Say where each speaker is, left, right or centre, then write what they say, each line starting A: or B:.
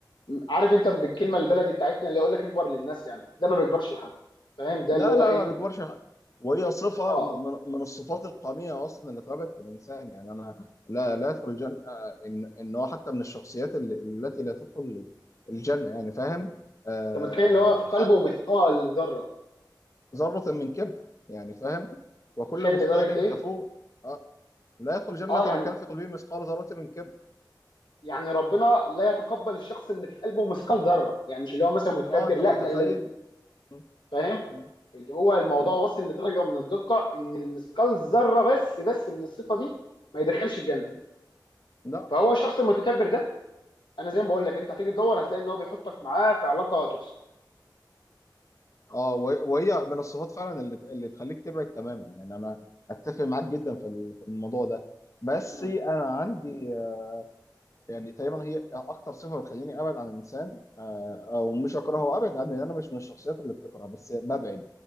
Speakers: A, on the left (about 80°); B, on the left (about 40°).
A: عارف انت بالكلمه البلدي بتاعتنا اللي يقول لك اكبر للناس يعني ده ما بيكبرش لحد فاهم ده
B: لا
A: اللي هو
B: لا
A: ايه
B: ما بيكبرش حاجة. وهي صفة
A: اه
B: من من الصفات القمية أصلا اللي اتربت في الإنسان يعني أنا لا لا يدخل الجنة آه، إن إن هو حتى من الشخصيات اللي- التي لا تدخل الجنة يعني فاهم آه،
A: انت متخيل اللي هو في قلبه
B: حتى
A: مثقال ذره
B: ذرة من كبر يعني فاهم
A: انت
B: وكل
A: متخيل
B: مختال
A: لدرجه ايه
B: كفور آه، لا يدخل الجنة
A: اه يعني
B: من كان في قلبه مثقال ذرة من كبر
A: يعني ربنا لا يتقبل الشخص اللي في قلبه مثقال ذره يعني مش اللي هو مثلا متكبر
B: أه أنت
A: لا
B: متخيل
A: ده اللي
B: م-
A: فاهم
B: م-
A: اللي هو الموضوع
B: م-
A: واصل لدرجه من الدقه ان المثقال ذره بس بس من الصفه دي ما يدخلش الجنه
B: م- لا
A: فهو الشخص المتكبر ده انا زي ما بقول لك انت هتيجي تدور هتلاقي ان هو بيحطك معاه في علاقه توكسيك
B: اه وهي وهي من الصفات فعلا اللي اللي تخليك تبعد تماما يعني انا اتفق معاك جدا في ال- في الموضوع ده بس
A: مم.
B: انا عندي آه، يعني تقريبا هي اكتر صفه بتخليني ابعد عن الانسان آه، او مش اكرهه ابعد عنه يعني انا مش من الشخصيات اللي بتكره بس ببعد